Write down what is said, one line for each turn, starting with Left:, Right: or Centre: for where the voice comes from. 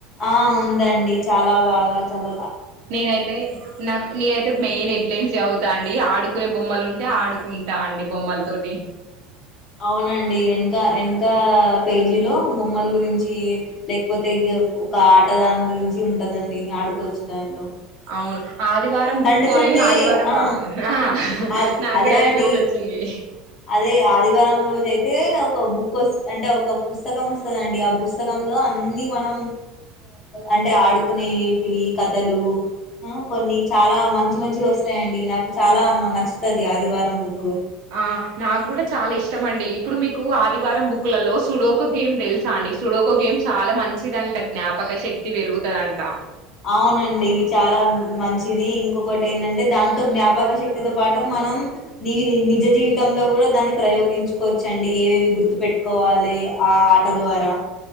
Left: ఆ ఉందండి చాలా బాగా చల
Right: నేనైతే నాకు నేనయితే మెయిన్ హెడ్లైన్స్ చదువుతా అండి ఆడుకునే బొమ్మలు ఉంటే ఆడుకుంటా అండి బొమ్మల తోటి
Left: అవునండి వెనక వెనక పేజీలో బొమ్మల గురించి లేకపోతే ఒక ఆటదాని గురించి ఉంటదండి ఆడుకోవచ్చు దాట్లో
Right: అవును ఆదివారం
Left: సండే
Right: బుక్ కొని
Left: సండే
Right: ఆదివారం
Left: ఆ
Right: రోజు ఆ
Left: అరు
Right: నాకు
Left: అదే
Right: కూడా
Left: అండి
Right: గుర్తొచ్చింది
Left: అదే ఆదివారం రోజు అయితే ఒక బుక్ వస్తఅంటే ఒక పుస్తకం వస్తందండి ఆ పుస్తక లో అన్ని మనం అంటే ఆడుకునేటివి కథలు కొన్ని చాలా మంచి మంచి వస్తాయంండి నాకు చాలా నచ్చుతుది ఆదివారం బుక్
Right: ఆ నాకు కూడా చాలా ఇష్టం అండి ఇప్పుడు మీకు ఆదివారం బుక్లలో సుడోకో గేమ్ తెలుసా అండి సుడోకో గేమ్ చాలా మంచిదంట జ్ఞాపక శక్తి పెరుగుతుందంట
Left: అవునండి చాలా మంచి ఇది ఇంకొకటి ఏంటంటే దాంతో జ్ఞాపక శక్తితో పాటు మనం నీ ని జీవితంలో కూడా దణిక్ ప్రయోగించుకోవచ్చండి ఏవేవి గుర్తు పెట్టుకోవాలి ఆ ఆట ద్వారా